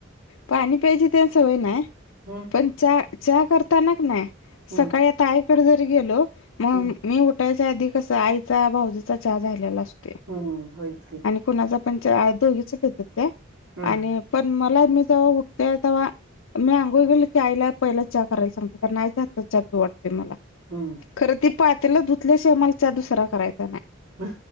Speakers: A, on the left; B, on the right.
A: पाणी प्यायची ते सवय नाय
B: हम्
A: पण चहा चहा करताना नाही
B: हम्म
A: सकाळी आता आईकडे जरी गेलो मग
B: हम्म
A: मी उठायच्या आधी कसं आईचा भाऊजीचा चहा झालेला असते.
B: हम्म होईच की.
A: कुणाच पण चहा दोघीच पित्यात त्या
B: हा
A: आणि पण मला मी जव्हा उठते तवा मी आंघोळ केली की आईला पहिला चहा करायला सांगते कारण आईचा आजचा चहा प्यावा वाटतो
B: हम्म
A: खरं ती पातला धुतल्या शिवामालाच्या दुसरा करायचा नाही.
B: ह